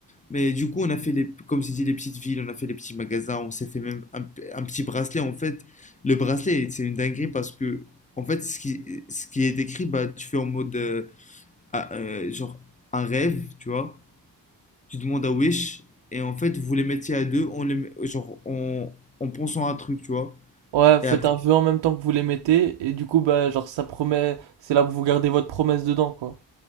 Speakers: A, on the left; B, on the right.
A: Mais du coup, on a fait les, comme je dit, les petites villes, on a fait les petits magasins, on s'est fait même un, un petit bracelet. En fait, le bracelet, c'est une dinguerie parce que, en fait, ce qui, ce qui est écrit, bah, tu fais en mode euh, ah, euh, genre un rêve, tu vois. tu demandes à Wish, et en fait, vous les mettiez à deux, on les met- genre, en, en pensant à un truc, tu vois.
B: Ouais, faites
A: Et après,
B: un vœu en même temps que vous les mettez, et du coup, bah, genre, ça promet, c'est là où vous gardez votre promesse dedans, quoi.